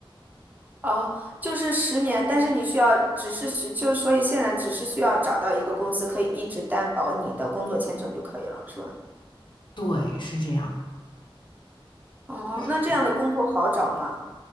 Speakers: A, on the right; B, on the left.
A: 哦，就是十年，但是你需要，只是需，就是所以现在只是需要找到一个公司可以一直担保你的工作签证就可以了，是吧？
B: 对，是这样。
A: 哦，
B: 就是
A: 那这样的工作好找吗？